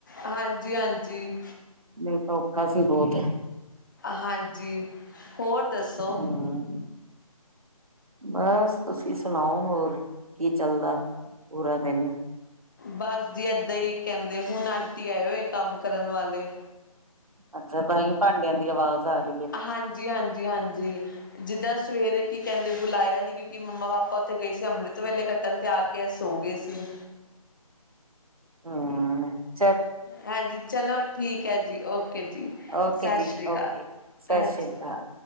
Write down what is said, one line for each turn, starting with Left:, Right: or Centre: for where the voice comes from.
Left: ਹਾਂਜੀ- ਹਾਂਜੀ।
Right: ਨਹੀਂ ਤਾਂ ਔਖਾ ਸੀ ਬਹੁਤ।
Left: ਹਾਂਜੀ, ਹੋਰ ਦੱਸੋ
Right: ਹਮ ਬਸ ਤੁਸੀਂ ਸੁਣਾਓ, ਹੋਰ ਕੀ ਚੱਲਦਾ। ਪੂਰਾ ਦਿਨ
Left: ਬਸ ਜੀ ਇਦਾਂ ਈ ਕਹਿੰਦੇ, ਹੁਣ ਆਂਟੀ ਆਏ ਹੋਏ ਕੰਮ ਕਰਨ ਵਾਲੇ।
Right: ਅੱਛਾ, ਤਾਂਹੀਂ ਭਾਂਡਿਆਂ ਦੀ ਆਵਾਜ਼ ਆ ਰਹੀ ਐ।
Left: ਹਾਂਜੀ-ਹਾਂਜੀ-ਹਾਂਜੀ। ਜਿੱਦਾਂ ਸਵੇਰੇ ਕੀ ਕਹਿੰਦੇ ਬੁਲਾਇਆ ਨੀ, ਕਿਉਂਕਿ ਮੰਮਾ- ਪਾਪਾ ਉੱਥੇ ਗਏ ਸੀ ਅੰਮ੍ਰਿਤ ਵੇਲੇ, ਕ ਕਹਿੰਦੇ ਆ ਕੇ, ਸੋ ਗਏ ਸੀ।
Right: ਹੂੰ।
Left: ਹਾਂਜੀ ਚਲੋ ਠੀਕ ਹੈ, ਜੀ ਓਕੇ ਜੀ।
Right: ਓਕੇ
Left: ਸਤਿ
Right: ਜੀ
Left: ਸ੍ਰੀ ਅਕਾਲ
Right: ਓਕੇ ਸਤਿ
Left: ਹਾਂਜੀ,
Right: ਸ੍ਰੀ ਅਕਾਲ